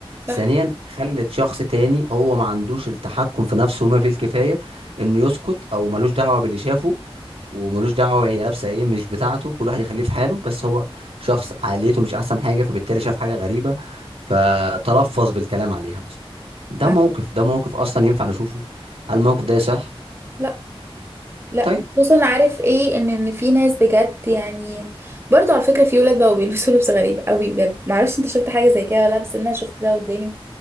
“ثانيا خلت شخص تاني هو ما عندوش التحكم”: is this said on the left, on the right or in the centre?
Right